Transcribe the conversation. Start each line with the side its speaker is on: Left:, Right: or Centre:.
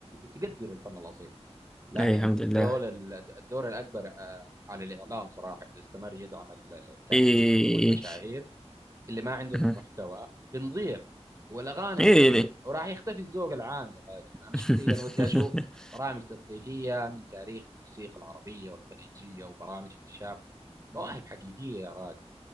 Right: تقدر الفن الاصيل لكن
Centre: إيه الحمد
Right: الدور
Centre: لله
Right: الدور الاكبر آه، على الاعلام صراحه اذا استمر يدعم ال- التافهين
Centre: إيه إيه
Right: والمشاهير
Centre: إيه
Right: اللي ما عندهم
Centre: مهم.
Right: محتوى بنضيع والاغاني
Centre: إيه
Right: بتضيع
Centre: ليه؟
Right: وراح يختفي الذوق العام يا راجل انا
Centre: <laughs>
Right: شخصيا ودي اشوف برامج تثقيفيه من تاريخ الموسيقى العربيه والخليجيه وبرامج اكتشاف مواهب حقيقيه يا راجل